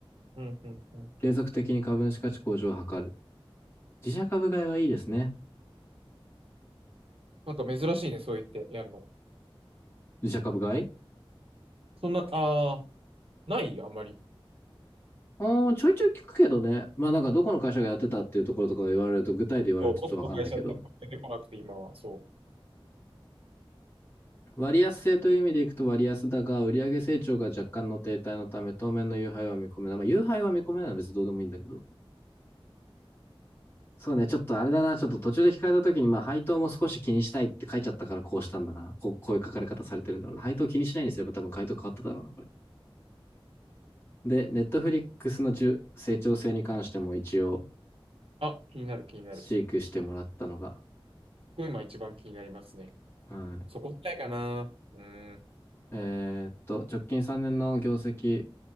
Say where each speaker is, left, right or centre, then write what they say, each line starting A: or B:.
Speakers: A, on the right (about 75°); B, on the left (about 25°).
A: うんうんうん。
B: 継続的に株主価値向上を図る。自社株買いはいいですね。
A: なんか珍しいね、そう言ってやるの。
B: 自社株買い
A: そんな、ああ、ないあんまり。
B: うん、ちょいちょい聞くけどね。まあなんかどこの会社がやってたっていうところとか言われると、具体で言われるとちょっとわかんないけど。
A: そう、僕の会社って出てこなくて、今は。そう。
B: 割安性という意味でいくと割安だが、売上成長が若干の停滞のため、当面の優配は見込めない。まあ、優配は見込めないのは別にどうでもいいんだけど。そうね、ちょっとあれだな、ちょっと途中で控えた時に、まあ、配当も少し気にしたいって書いちゃったからこうしたんだな。こう、こういう書かれ方されてるんだろうな。配当気にしないにすれば多分回答変わっただろうな、これ。で、ネットフリックスの中成長性に関しても一応、
A: あ、気になる、気になる。
B: 飼育してもらったのが、
A: ここ今一番気になりますね。
B: はい。
A: そこたいかな。うーん。
B: えーっと、直近3年の業績